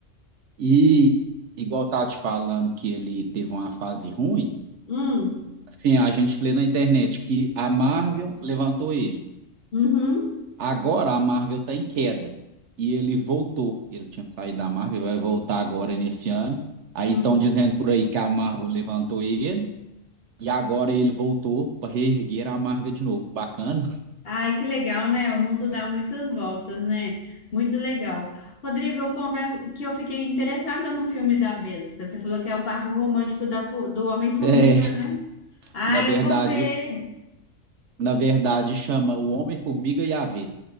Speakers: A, on the right (about 70°); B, on the left (about 50°).
A: E igual eu tava te falando que ele teve uma fase ruim,
B: Hum,
A: assim, a gente lê na internet que a Marvel levantou ele.
B: uhum,
A: Agora a Marvel está em queda e ele voltou. Ele tinha saído da Marvel, vai voltar agora nesse ano. Aí
B: hum.
A: estão dizendo por aí que a Marvel levantou ele e agora ele voltou para reerguer a Marvel de novo. Bacana. <laughs>
B: Ai, que legal, né? O mundo dá muitas voltas, né? Muito legal. Rodrigo, eu confesso que eu fiquei interessada no filme da Vespa. Você falou que é o par romântico da, fu- do Homem-Formiga,
A: É,
B: né? Ah,
A: na verdade,
B: eu vou ver.
A: na verdade chama O Homem-Formiga e a Vespa.